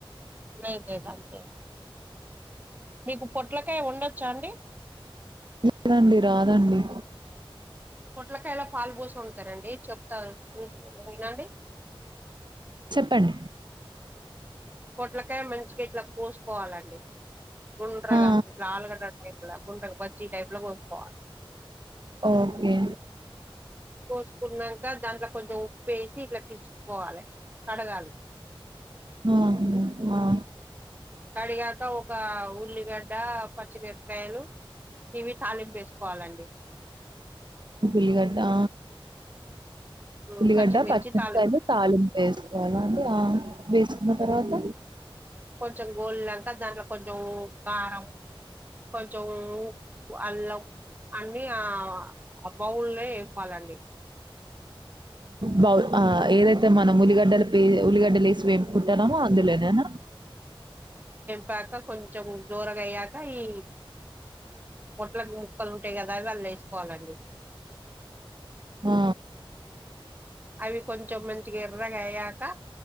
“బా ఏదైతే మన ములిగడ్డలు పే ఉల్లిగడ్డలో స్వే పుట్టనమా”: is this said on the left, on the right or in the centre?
Right